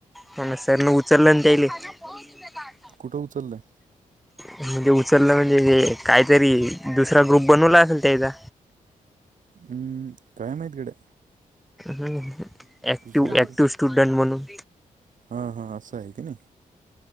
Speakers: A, in the centre; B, on the right (about 65°).
A: हा म सर न उचलंल नं त्यायले <unintelligible>
B: कुठ उचललय?
A: म्हणजे उचललं म्हणजे काहीतरी दुसरा ग्रुप बनवला असेल त्याजा.
B: हम्म, काय माहित गड्या.
A: हम, ऍक्टिव
B: दुसरा
A: ऍक्टिव्ह
B: ग्रुप
A: स्टुडन्ट म्हणून.
B: हा हा असं आहे कनाय,